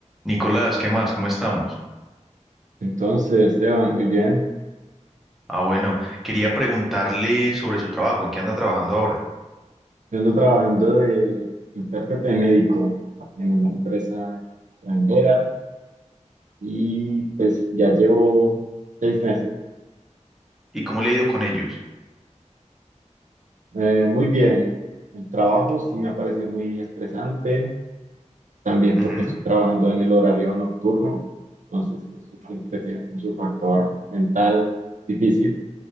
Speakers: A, in the centre; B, on the right.
A: Nicolás, ¿qué más? ¿Cómo estamos?
B: Entonces, Esteban, muy bien.
A: Ah, bueno, quería preguntarle sobre su trabajo, ¿en qué anda trabajando ahora?
B: Yo ando trabajando de intérprete médico en una empresa extranjera y pues ya llevo seis meses.
A: ¿Y cómo le ha ido con ellos?
B: Eh, muy bien. El trabajo sí me ha parecido muy estresante, también
A: Ujú,
B: porque estoy trabajando en el horario nocturno, entonces sí, eso siempre tiene como su factor mental difícil,